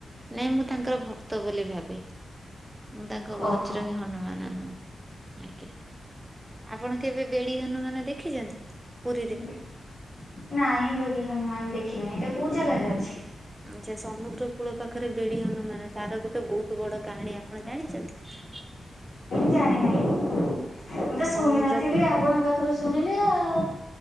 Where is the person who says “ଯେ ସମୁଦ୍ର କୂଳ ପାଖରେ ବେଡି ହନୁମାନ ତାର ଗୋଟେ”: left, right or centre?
Right